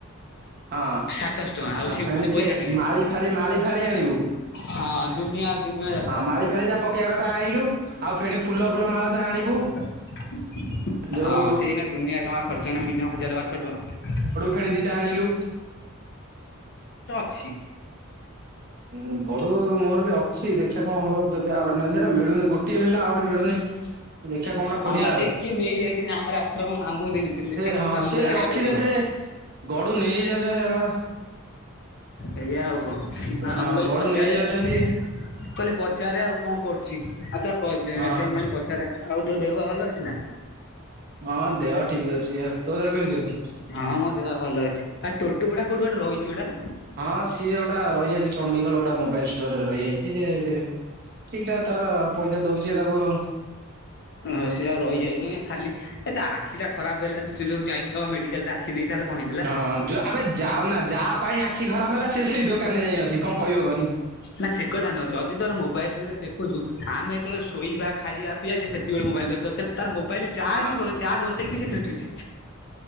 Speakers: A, on the right; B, on the left.
A: ହଁ
B: ସାତଶହ ଟଙ୍କା
A: ଆଉ
B: ସିଏ
A: ଫେଣି
B: ପୁଣି ପଇସା
A: ସେ
B: ନେବେ
A: ମାଳି ଫାଳି ମାଳି ଫାଳି ଆଣିବୁ।
B: ହଁ ଦୁନିଆ ଦୁିନିଆ-
A: ହଁ ମାଳି ଫାଳି ଯା ପକେଇବା କଥା ଆଣିଲୁ ଆଉ ଫେଣି ଫୁଲ ଫୁଲ ମାଳ ତ ଆଣିବୁ।
B: ହଁ
A: ଯୋଉ
B: ସେଇନା ଦୁନିଆ ଟଙ୍କା ଖର୍ଚ୍ଚ ମି ହଜାର ବାର ଶହ ଟଙ୍କା।
A: ଖଣି ଦିଟେ ଆଣିିଲୁ।
B: ଛି।
A: ଉଁ ଗଡୁ ମୋର ବି ଅଛି ଦେଖିବା କଣ ହବ ଯଦି ଆଉ ଗଡା ନେ ସେଟା ମିଳୁନି ଗୋଟେ। ଗୋଟିଏ ମିଳିଲା ଆଉଗୋଟେ ମିଳୁନି। ଦେଖିବା କଣ ଗୋଟା
B: ହଁ
A: କରିବା
B: ବା
A: ଆଉ।
B: ସେଇ କିଏ ନେଇଯାଇଛି ଆମର ଆଠର କଣ ନମାମୁଁକୁ ଦେଇଥିଲ
A: ସେ
B: ଦେଖେ ପୁଣି
A: ହଁ
B: ମାମୁ
A: ସେ
B: ଆଣିବାକୁ
A: ରଖିଦେ
B: ପଡିବ।
A: ସେ ଗଡୁ ନେଇକ ଯାଉଛ ହେ।
B: ଏଇଆା ଆଉ କହ ନା
A: ହଁ
B: ମୁଁ କହିଲି
A: ଗଡୁ
B: ପଚାରେ-
A: ନେଇଯାଉଛନ୍ତି
B: କହିଲେ ପଚାର ଆଉ କଣ କରୁଛି ଆଉ ତା
A: ହଁ
B: ସେ କହିଲି ପଚାରିବା- ହଉ ତୋ ଦେହ ବା ଭଲ ଅଛି ନା?
A: ହଁ ଦେହ ଠିକ ଅଛି ତୋ ଦେହ କେମିତି ଅଛି?
B: ହଁ ମୋ ଦେହ ଭଲ ଅଛି ଆଉ ଟୋଟୋ ଗୁାୋଉଠି ଗୋଟେ ରହିଛି ଗୋଟା।
A: ହଁ ସିଏ ଗୋଟା ରହିଯାଇଛି ଣ୍ଡିଗଲ ଗୋଟା ମୋବାଇଲ ଷ୍ଟୋର ରେ ରହିଯାଇଛି। ଠିକଠା ତାର ପଇସା ଦଉଛି ତାକୁ ଆଉ।
B: ଓ ସେ ଯାଉ ରହିଯାଇଛି ଆଜ୍ ଖାଲି ଏଇ ଆଖି ଟା ଖରାପ ହେଇାନଣି ସେ ଯୋଉ ଯାଇଥିଲା ବା ମେଡିକାଲ। ଆଖି ତାର କହିଦ <unintelligible>
A: ହଁ ଯୋଉ ଆବେ ଯାଉ ନା ଯାହା ପାଇଁ ଆଖି ଖରାପ ହେଲା ସେ ସେଇ ଦୋକାନ ରେ ଯାଇ ଅଛି କଣ କହିବ କହନି?
B: ନା ସେ କଥା ନୁହଁ ଯଦି ତୋର ମୋବାଇଲରେ ଦେଖୁଛୁ ଆମେ ଯେତେବେଳେ ଶୋଇବା ଖାଇବା ପିଇଆଛେ ସେ- ଳେ ମୋାଇ ଦୋରୋାଇଲ <unintelligible> ଚାର୍ଯ
A: ହଁ
B: ବସେଇକି ବି ସେ ଖେଞ୍ଚୁଚି